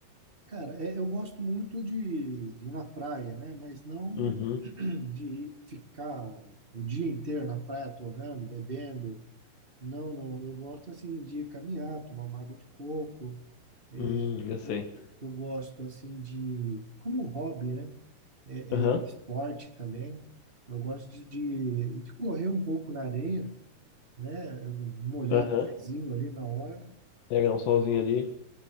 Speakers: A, on the right; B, on the left.
A: Cara, é- eu gosto muito de, de ir na praia, né? Mas não
B: Uhum.
A: <clears throat> de ficar o, o dia inteiro na praia torrando, bebendo. Não, não. Eu gosto assim de caminhar, tomar uma água de coco. É,
B: Hum, eu
A: eu,
B: sei.
A: eu gosto assim de, como hobby, né? É,
B: Aham.
A: é esporte também. Eu gosto de, de, de correr um pouco na areia, né? Eu- Molhando
B: Aham.
A: o pezinho ali na hora
B: Pegar um solzinho ali.